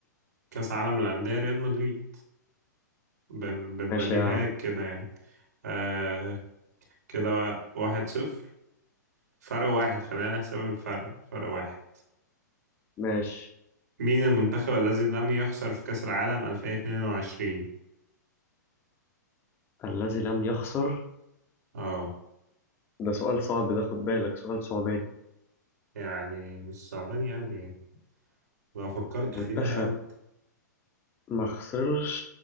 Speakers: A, on the right (about 65°); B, on the left (about 25°).
A: كأس عالم للأندية ريال مدريد بال- بالبديهيات
B: ماشي يا عم
A: كده يعني أه كده واحد صفر فرق واحد خلينا نحسب الفرق فرق واحد
B: ماشي
A: مين المنتخب الذي لم يخسر في كأس العالم 2022
B: الذي لم يخسر
A: اه
B: ده سؤال صعب ده خد بالك سؤال صعب
A: يعني مش صعباني قوي يعني لو فكرت
B: منتخب
A: فيها
B: ما خسرش